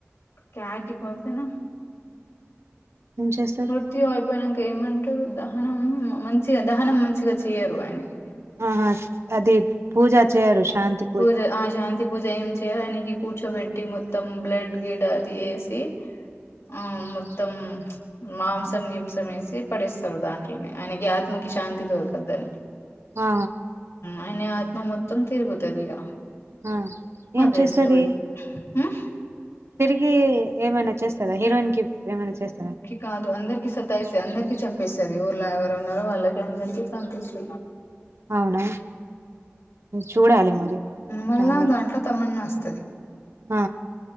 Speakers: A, on the left; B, on the right.
A: క్యాకి బోల్తేనా
B: ఏం చేస్తారు
A: మృత్యుయిపోయినాక ఏమ దహనం మంచిగా దహనం మంచిగా చెయరు ఆయనకి
B: ఆహా అది
A: పూజ
B: చేయరు శాంతి
A: పూజ శాంతి పూజా ఏం చే చేరానికి కూర్చోబెట్టి మొత్తం బ్లడ్ గిడ్ అది వేసి ఆ మొత్తం మాంసం గింసం వేసి పడేస్తారు దాంట్లోని ఆయనకి ఆత్మకి శాంతి దొరకదని
B: ఆ
A: అయిన ఆత్మ మొత్తం తిరుగుతది ఇగ
B: ఆ ఏం
A: అదే
B: చేస్తది
A: స్టోరీ ఉమ్
B: తిరిగి ఏమైనా చేస్తారా హీరోయిన్ కి ఏమైనా చేస్తా
A: కాదు అందరికి సత అందరిక చంపిస్తుది ఊళ్ళ ఎవరు ఉన్నారో వాళ్ళకి అందరికీ చంపేస్తది
B: అవునా చూడాలి మరి
A: మళ్ళా
B: తాందర
A: దాంట్లో తమన్నా వస్తా
B: ఆ